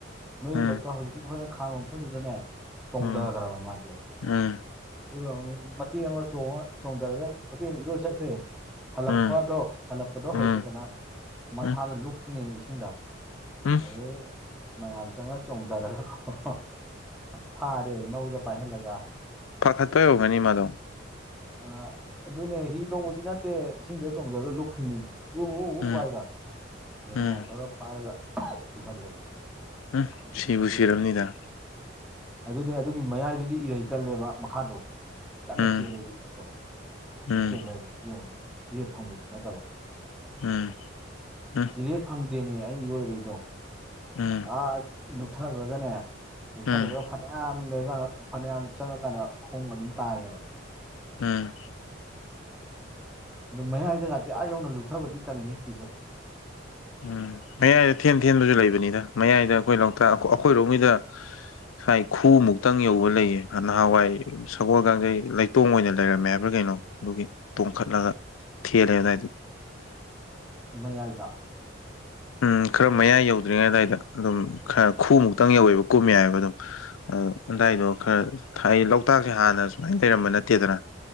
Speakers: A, in the centre; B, on the left (about 85°).
A: ꯅꯣꯏ
B: ꯎꯝ
A: ꯂꯣꯛꯇ ꯍꯧꯖꯤꯛꯀꯤ ꯑꯩꯈꯣꯏꯅ ꯈꯥꯕ ꯃꯐꯝꯗꯨꯗꯅꯦ
B: ꯎꯝ
A: ꯗꯈ꯭ꯔ ꯃꯥꯆꯦ
B: ꯎꯝ
A: ꯑꯗꯨꯒ ꯃꯇꯦꯛ ꯑꯃ ꯆꯣꯡꯉ ꯆꯣꯡꯊꯔꯒ ꯃꯇꯦꯛ ꯑꯃ ꯏꯔꯣꯏ ꯆꯠꯈ꯭ꯔꯦ ꯍꯜꯂꯛꯄꯗꯣ
B: ꯎꯝ
A: ꯍꯜꯂꯛꯄꯗꯣ
B: ꯎꯝ
A: ꯍꯩꯇꯗꯅ ꯃꯁꯥꯗ
B: ꯎꯝ
A: ꯂꯨꯞꯈ꯭ꯔꯤꯅꯦꯕ ꯏꯁꯤꯡꯗ
B: ꯎꯝ
A: ꯑꯗꯩ ꯃꯌꯥꯝ ꯆꯪꯉ ꯆꯣꯡꯊꯔꯒꯀꯣ ꯊꯥꯔꯦꯅꯧꯗ ꯄꯥꯏꯍꯜꯂꯒ
B: ꯐꯥꯈꯠꯄ ꯌꯧꯒꯅꯤ ꯃꯥꯗꯣ
A: ꯑ ꯑꯗꯨꯅꯦ ꯍꯤ ꯇꯣꯡꯕꯁꯨ ꯅꯠꯇꯦ ꯏꯁꯤꯡꯗ ꯆꯣꯡꯊꯔ ꯂꯨꯞꯈ꯭ꯔꯤꯅꯦꯃꯤ ꯎ ꯎ ꯎ
B: ꯎꯝ
A: ꯋꯥꯥꯏꯖ ꯑꯗꯨ
B: ꯎꯝ
A: ꯃꯌꯥꯝ ꯇꯧꯔ ꯐꯥꯔꯒ ꯄꯨꯈꯠꯂꯦ
B: ꯎꯝ
A: ꯑꯗꯨꯗꯒꯤꯗꯤ
B: ꯁꯤꯕꯨ ꯁꯔꯝꯅꯤꯗ
A: ꯑꯗꯨꯅꯦ ꯑꯗꯨꯒꯤ ꯃꯌꯥꯏꯗꯨꯗꯤ ꯏꯔꯩ ꯀꯜꯂꯦꯕ ꯃꯈꯥꯗꯣ ꯀꯟꯅ
B: ꯎꯝ
A: ꯆꯦꯂꯦꯕꯗꯣ
B: ꯎꯝ
A: ꯃꯣꯏ ꯆꯦꯟꯊꯔꯒꯗꯤ ꯌꯦꯡꯉꯨꯉꯦ ꯏꯔꯦꯞ ꯐꯪꯕꯁꯨ ꯅꯠꯇꯕ
B: ꯎꯝ ꯎꯝ
A: ꯏꯔꯦ ꯐꯪꯗꯦꯃꯦ ꯑꯩ ꯏꯔꯣꯏꯔꯛꯗꯣ
B: ꯎꯝ
A: ꯑꯥ ꯊꯈ꯭ꯔꯒꯅꯦ ꯌꯣꯛꯊꯥꯗꯨꯒ
B: ꯎꯝ
A: ꯐꯅꯌꯥꯝ ꯂꯩꯔꯀꯥꯟꯗ ꯐꯅꯌꯥꯝ ꯆꯪꯉꯀꯥꯟꯗ ꯈꯣꯡ ꯑꯗꯨꯝ ꯇꯥꯏꯌꯦꯕ
B: ꯎꯝ
A: ꯑꯗꯨ ꯃꯌꯥꯏꯗꯒꯇꯤ ꯑꯥ ꯌꯧꯅ ꯂꯨꯞꯊꯕꯗꯤ ꯇꯜꯂꯤ ꯀꯤꯁꯦ
B: ꯎꯝ ꯃꯌꯥꯏꯗ ꯊꯦꯟ ꯊꯦꯟꯕꯁꯨ ꯂꯩꯕꯅꯤꯗ ꯃꯌꯥꯏꯗ ꯑꯩꯈꯣꯏ ꯂꯣꯛꯇꯥꯛ ꯑꯩꯈꯣꯏꯔꯣꯝꯒꯤꯗ ꯉꯥꯏ ꯈꯨꯎꯃꯨꯛꯇꯪ ꯌꯧꯕ ꯂꯩꯌꯦ ꯅꯍꯥꯟꯋꯥꯏ ꯁꯒꯣꯜ ꯀꯥꯡꯖꯩ ꯂꯩꯇꯣꯡ ꯑꯣꯏꯅ ꯂꯩꯔꯝꯃꯦ ꯍꯥꯏꯕ꯭ꯔꯥ ꯀꯩꯅꯣ ꯑꯗꯨꯒꯤ ꯇꯣꯡꯈꯠꯂꯒ ꯊꯂ ꯇꯇ
A: ꯃꯌꯥꯏꯗ
B: ꯎꯝ ꯈꯔ ꯃꯌꯥꯏ ꯌꯧꯗ꯭ꯔꯤꯉꯩ ꯑꯗꯨꯋꯥꯏꯗ ꯑꯗꯨꯝ ꯈꯔ ꯈꯨꯃꯨꯛꯇꯪ ꯌꯧꯋꯦꯕ ꯀꯨꯝꯃꯦ ꯍꯥꯏꯕ ꯑꯗꯨꯝ ꯑꯗꯨꯗꯥꯏꯗꯣ
A: ꯑꯥ
B: ꯈꯔ ꯑꯩ ꯂꯣꯛꯇꯥꯛꯁꯦ ꯍꯥꯟꯅ ꯁꯨꯃꯥꯏꯅ ꯂꯩꯔꯝꯕ ꯅꯠꯇꯦꯗꯅ